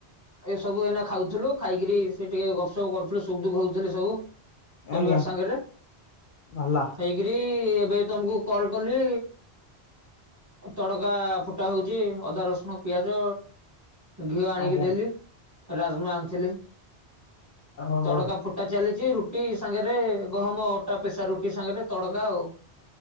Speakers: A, on the right; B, on the left.
A: ଏ ସବୁ ଏଇନା ଖାଉଥିଲୁ। ଖାଇକିରି ସେ ଟିକେ ଗପସପ କରୁଥିଲୁ ସୁଖ ଦୁଖ ହଉଥିଲେ ସବୁ।
B: ଆଜ୍ଞା
A: ପରିବାର ସାଙ୍ଗରେ,
B: ଭଲ
A: ହେଇ ରି ଏବେ ତମକୁ କଲ କଲି ତଡକା ଫୁଟା ହଉଚି ଅଦା ରସୁଣ -- ପିଆଜ ଘିଅ ଆଣିକି
B: ଆଜ୍ଞା
A: ଦେଲି ରାଜମା ଆଣିଥିଲି।
B: ଓହୋ
A: ତଡକା ଫୁଟା ଚାଲିଚି। ରୁଟି ସାଙ୍ଗରେ ଗହମ ଅଟା ପେସା ରୁଟି ସାଙ୍ଗରେ ତଡକା ଆଉ।